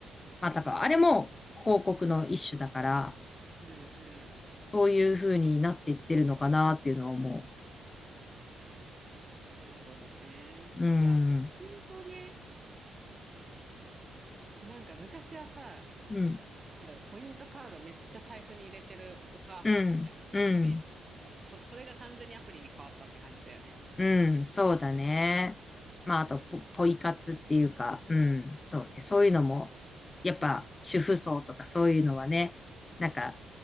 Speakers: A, on the left; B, on the right.
A: まあ、多分あれも広告の一種だから、
B: うんうん。
A: そういう風になっていってるのかなっていうのは思
B: なるほどね。
A: う。うん。
B: いや、ポイントね。なんか昔はさ、
A: うん。
B: なんだろう、ポイントカードめっちゃ財布に入れてるお母さんみたいなイメージで、
A: うん、うん、
B: なんかもうこれ、それが完全にアプリに変わったって感じだよね。
A: うん、そうだね。まあ、あとポ、ポイ活っていうか、うん、そうね。そういうのも、やっぱ、主婦層とかそういうのはね、なんか、